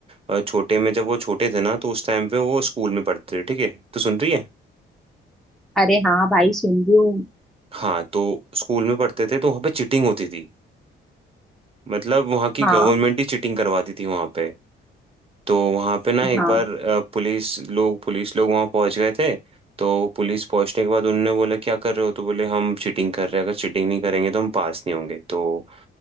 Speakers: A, on the right; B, in the centre.
A: अ, छोटे में जब वो छोटे थे ना तो उस टाइम पे वो स्कूल में पढ़ते थे ठीक है तो सुन रही है
B: अरे हाँ भाई सुन रही हूँ
A: हाँ तो स्कूल में पढ़ते थे तो वहाँ पे चिटिंग होती थी मतलब वहाँ की
B: हाँ
A: गवर्नमेंट ही चिटिंग करवाती थी वहाँ पे तो वहाँ पे ना एक
B: हाँ
A: बार अ, पुलिस लोग पुलिस लोग वहाँ पहुँच गए थे तो पुलिस पहुँचने के बाद उन्होंने बोला क्या कर रहे हो तो बोले हम चीटिंग कर रहे हैं अगर चीटिंग नहीं करेंगे तो हम पास नहीं होंगे तो